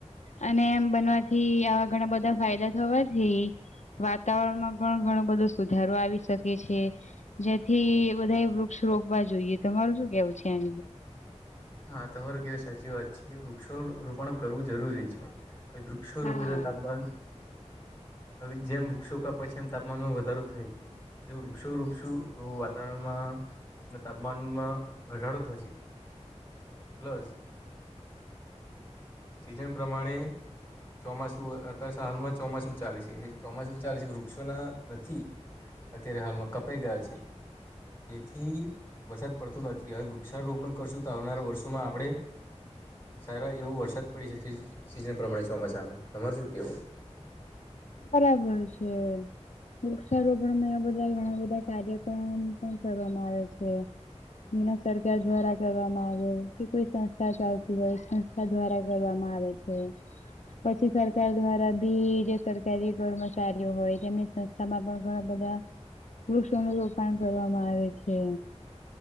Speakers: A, on the left (about 80°); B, on the left (about 20°).
A: અને એમ બનવાથી આવા ઘણા બધા ફાયદા થવાથી, વાતાવરણમાં પણ ઘણો બધો સુધારો આવી શકે છે. જેથી બધા એ વૃક્ષ રોપવા જોઈએ, તમારું શું કેવું છે, આ
B: હા તમારે કેવી સાચી વાત છે, વૃક્ષો રોપણ કરવું જરૂરી છે. એક વૃક્ષો રૂપે
A: હા.
B: જે તાપમાન. હવે, જેમ વૃક્ષો કપાય પછી એમ તાપમાનમાં વધારો થાય છે. જેવું વૃક્ષો વૃક્ષો તો વાતાવરણમાં તાપમાનમાં. ઘટાડો થશે પ્લસ, સિઝન પ્રમાણે ચોમાસું અત હાલમાં ચોમાસું ચાલે છે ચોમાસું ચાલે છે વૃક્ષોના નથી અત્યારે હાલમાં કપાઈ ગયા છે જેથી વરસાદ પડતો નથી. હવે વૃક્ષારોપણ કરશું તો આવનારા વર્ષોમાં આપણે સારા એવો વરસાદ પડી શકે સીઝન પ્રમાણે ચોમાસામાં સર શું કેવું?
A: બરાબર છે વૃક્ષારોપણ બધા ઘણા બધા કાર્યક્રમ કરવામાં આવે છે એના સરકાર દ્વારા કરવામાં આવે કે કોઈ ચાલતી હોય સંસ્થા દ્વારા કરવામાં આવે છે પછી સર સરકાર દ્વારા બી જે સરકારી કર્મચારીઓ હોય તેમની સંસ્થામાં પણ ઘણા બધા વૃક્ષો ન રોપણ કરવામાં આવે છે.